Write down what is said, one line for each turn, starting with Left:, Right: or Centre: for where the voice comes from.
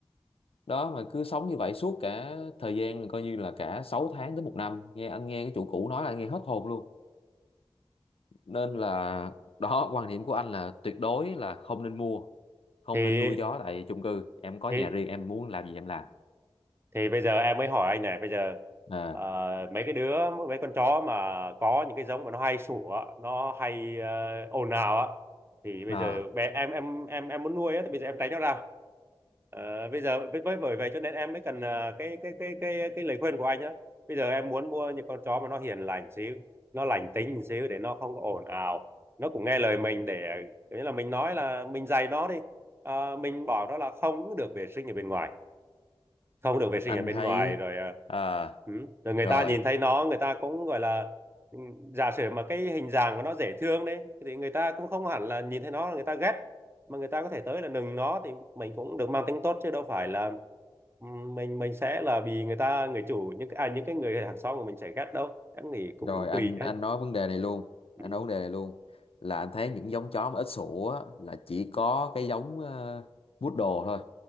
Left: đó mà cứ sống như vậy suốt cả thời gian là coi như là cả 6 tháng đến một năm nghe anh nghe cái chủ cũ nói là anh nghe hết hồn luôn nên là <laughs> đó quan điểm của anh là tuyệt đối là không nên mua không
Right: thì
Left: nên nuôi chó tại chung cư em có nhà
Right: thì
Left: riêng em muốn làm gì em làm
Right: thì bây giờ em mới hỏi anh này bây giờ
Left: à,
Right: ờ, mấy cái đứa mấy con chó mà có những cái giống mà nó hay sủa nó hay ờ, ồn ào á thì bây
Left: à
Right: giờ bé em em em em muốn nuôi á thì bây giờ em tránh nó ra Ờ, bây giờ với với bởi vậy cho nên em mới cần ờ, cái cái cái cái cái lời khuyên của anh á bây giờ em muốn mua những con chó mà nó hiền lành xíu nó lành tính xíu để nó không có ồn ào nó cũng nghe lời mình để kiểu như là mình nói là mình dạy nó đi Ờ, mình bảo nó là không được vệ sinh ở bên ngoài không được vệ sinh
Left: anh
Right: ở bên
Left: thấy
Right: ngoài rồi à,
Left: à,
Right: ừ. rồi người
Left: rồi
Right: ta nhìn thấy nó người ta cũng gọi là ừ, giả sử mà cái hình dạng của nó dễ thương đấy thì người ta cũng không hẳn là nhìn thấy nó là người ta ghét mà người ta có thể tới là nừng nó thì mình cũng được mang tính tốt chứ đâu phải là ừ, mình mình sẽ là vì người ta người chủ những cái- à những cái người hàng xóm của mình sẽ ghét đâu em nghĩ cũng
Left: rồi anh
Right: tùy đấy
Left: anh nói vấn đề này luôn anh
Right: Ừ.
Left: nói vấn đề này luôn là anh thấy những giống chó mà ít sủa á, là chỉ có cái giống uh, poodle thôi